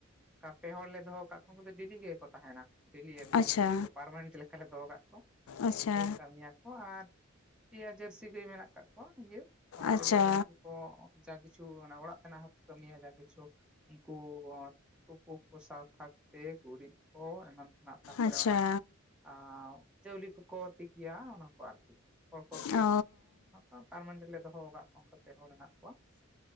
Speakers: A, in the centre; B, on the left.
A: ᱚᱱᱠᱟ ᱯᱮ ᱦᱚᱲ ᱞᱮ ᱫᱚᱦᱚ ᱠᱟᱜ ᱠᱚᱣᱟ ᱩᱱᱠᱩ ᱫᱚ ᱰᱮᱞᱤ ᱜᱮᱠᱚ ᱛᱟᱦᱮᱱᱟ ᱰᱮᱞᱤ ᱮᱠᱫᱚᱢ
B: ᱟᱪᱪᱷᱟ
A: ᱩᱱᱠᱩ ᱫᱚ ᱯᱟᱨᱢᱟᱱᱮᱴ ᱞᱮ ᱠᱟᱞᱮ ᱫᱚᱦᱚ ᱠᱟᱜ ᱠᱚᱣᱟ
B: ᱟᱪᱪᱷᱟ
A: ᱩᱱᱠᱩ ᱫᱚ ᱠᱟᱢᱤᱭᱟ ᱠᱚ ᱟᱨ ᱯᱤᱭᱟ ᱡᱟᱹᱨᱥᱤ ᱜᱟᱹᱭ ᱢᱮᱱᱟᱜ ᱠᱟᱜ ᱠᱚᱣᱟ ᱤᱭᱟᱹ ᱚᱲᱟᱜ
B: ᱟᱪᱪᱷᱟ
A: ᱨᱮᱜᱮ ᱟᱫᱚ ᱩᱱᱠᱩ ᱠᱚ ᱡᱟ ᱠᱤᱪᱷᱩ ᱚᱱᱮ ᱚᱲᱟᱜ ᱛᱮᱱᱟᱜ ᱦᱚᱸ ᱠᱟᱢᱤᱭᱟ ᱡᱟ ᱠᱤᱪᱷᱩ ᱩᱱᱠᱩ ᱚᱸ ᱛᱩᱯᱩ ᱠᱚ ᱥᱟᱶ ᱛᱷᱟᱠᱛᱮ ᱜᱩᱨᱤᱡ ᱠᱚ ᱮᱢᱟᱱ ᱛᱮᱱᱟᱜ᱾ ᱛᱟᱯᱚᱨᱮ
B: ᱟᱪᱪᱷᱟ
A: ᱚᱱᱟ ᱟᱸᱣ ᱪᱟᱣᱞᱤ ᱠᱚᱠᱚ ᱛᱤᱠᱤᱭᱟ ᱚᱱᱟ ᱠᱚ ᱟᱨᱠᱤ᱾ ᱦᱚᱲ ᱠᱚ ᱜᱮᱫ
B: ᱚ
A: ᱩᱱᱟᱹ ᱥᱟᱱᱛᱟᱲ ᱥᱟᱱᱛᱟᱲ ᱢᱟᱹᱱ ᱚᱞᱮ ᱫᱚᱦᱚ ᱟᱠᱟᱫ ᱠᱚᱣᱟ ᱚᱱᱠᱟ ᱯᱮ ᱦᱚᱲ ᱦᱮᱱᱟᱜ ᱠᱚᱣᱟ